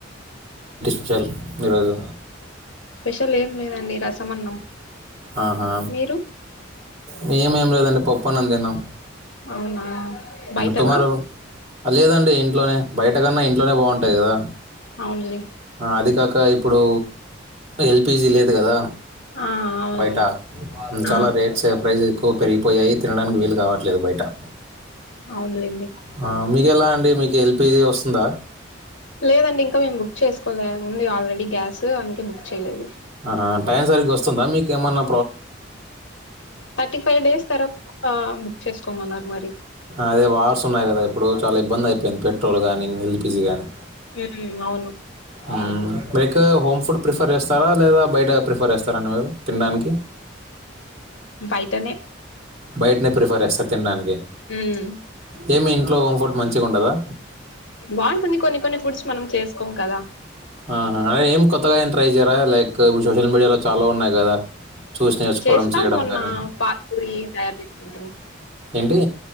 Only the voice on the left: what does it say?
స్పెషల్ ఏం లేదండి రసమన్నం
మీరు
అవునా బయటనా
అవునులే
ఆ అవునవును
ఆ
అవునులేండి
లేదండి ఇంక మేము బుక్ చేసుకోలే ఉంది ఆల్రెడీ గ్యాస్ అందుకే బుక్ చేయలేదు
థర్టీ ఫైవ్ డేస్ తర్వా బుక్ చేసుకోమన్నారు మరి
ఉమ్, అవును
బయటనే
ఉమ్,
బాంటుంది కొన్ని కొన్ని ఫుడ్స్ మనం చేసుకోం కదా
చేస్తాం
మొన్న
పానీ పూరి తయారు చేసింటమి